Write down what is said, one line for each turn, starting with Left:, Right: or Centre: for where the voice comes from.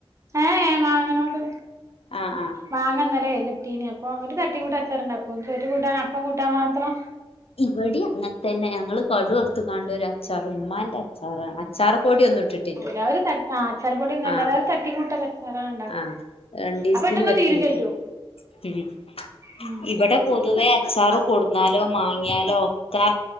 Right: ഏഹേ ഏ മാങ്ങനോട്
Left: ആഹ് ആഹ്
Right: മാങ്ങ ഇന്നലെ കിട്ടീനി അപ്പൊ ഒര് തട്ടികൂട്ടച്ചാറ്ണ്ടാക്കും ചോറ്റ്ക് കൂട്ടാൻ അപ്പം കൂട്ടാ മാത്രം
Left: ഇവടീം അങ്ങൻ തന്നെ ഞങ്ങള് പടു അർത്ത്ങ്ങാണ്ടൊരു അച്ചാ റ് ഇമ്മാന്റെ അച്ചാറാണ് അച്ചാറ് പൊടിയൊന്നും ഇട്ടിട്ടില്ല
Right: രാവിലെ തട് ആഹ് അച്ചാറ് പൊടിയൊന്നൊല്ലാതെ
Left: ആഹ്
Right: ഒര് തട്ടി കൂട്ട് അച്ചാറണ്ട്ണ്ടാക്കും
Left: ആഹ് രണ്ടീസത്തിന്
Right: ആ പെട്ടെന്ന്
Left: പറ്റിയത്
Right: തീരും ചെയ്യും
Left: <unintelligible>
Right: ഉം
Left: ഇവടെ പൊതുവെ അച്ചാറ് കൊട്ന്നാലൊ മാങ്ങിയാലൊ ഒക്കെ